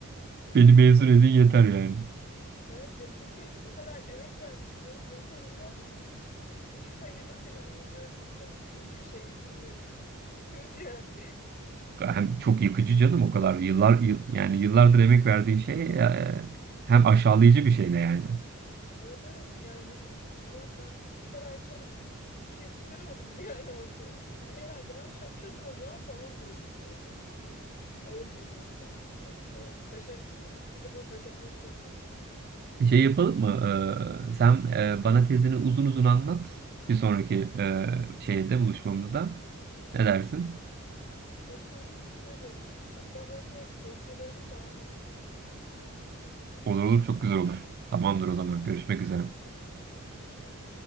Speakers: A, on the left (about 40°); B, on the right (about 45°).
A: Ee,
B: Beni mezun
A: Senin,
B: edin yeter yani.
A: evet ya çünkü o kadar emek vermişsin hani gün sonunda üç hayırla seni uğurluyoruz. Çok üzücü bir şey bilmiyorum. Çok kırıcı yani.
B: hem çok yıkıcı canım o kadar yıllar yıl- yani yıllardır emek verdiği şey e, hem aşağılayıcı bir şey de yani.
A: Evet evet yani hani ulan ben bu kadar çalıştım hiçbir şey çıkaramadım <laughs> yani ortaya. Herhalde ben şapşalım o zaman falan diyorsun yani. Bilmiyorum. Ağır geliyor insana cidden. O başarısızlık hissiyle böyle baş etmek çok zor.
B: Bir şey yapalım mı? Ee, sen e, bana tezini uzun uzun anlat bir sonraki e, şeyde buluşmamızda. Ne dersin?
A: Olur olur güzel olur. Hatta böyle dosyalarımı falan da getiriyorum inşallah.
B: Olur olur çok güzel olur. Tamamdır o zaman görüşmek üzere.
A: Görüşürüz.